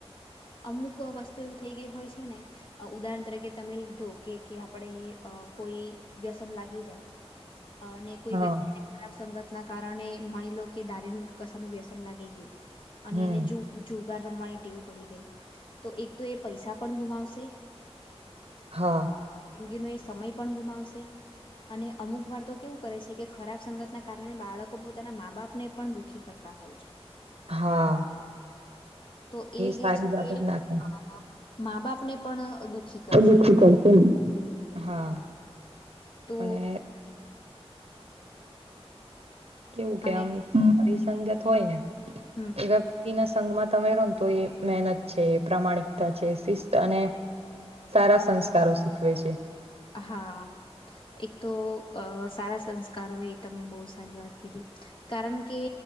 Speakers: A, on the left; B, on the right.
A: અમુક વસ્તુ એવી થઈ ગઈ હોય છે ને, અ ઉદાહરણ તરીકે તમે લીધો કે કે આપણે અ કોઈ વ્યસન લાગી જાય અને કોઈ
B: હા
A: વ્યક્તિને ખરાબ સંગતના કારણે માની લો કે દારણનું કસાનું વ્યસન લાગી ગ્યું. અને
B: હમ
A: એને જો જો ગાર રમવાની ટેવ પડી ગઈ, તો એક તો એ પૈસા પણ ગુમાવશે
B: હા
A: જિંદગીનો એ સમય પણ ગુમાવશે અને અમુક વાર તો કેવું કરે છે, કે ખરાબ સંગતના કારણે બાળકો પોતાના માં બાપ ને પણ દુઃખી કરતા હોય છે.
B: હા.
A: તો એ જે
B: સારી
A: છે,
B: બાબત ના કહેવાય.
A: અ મા બાપ ને પણ દુઃખી કરશે
B: <unintelligible>
A: એમ
B: હા,
A: તો
B: અને કેવું કે
A: અને
B: આમ પરિસંગત હોય ને,
A: હમ
B: એવા વ્યક્તિના સંગમાં તમે રોન તો એ મેહનત છે, પ્રામાણિકતા છે, શિસ્ત અને સારા સંસ્કારો શીખવે છે.
A: હા, એક તો સારા સંસ્કારો એ તમે બહુ સારી વાત કીધી. કારણ કે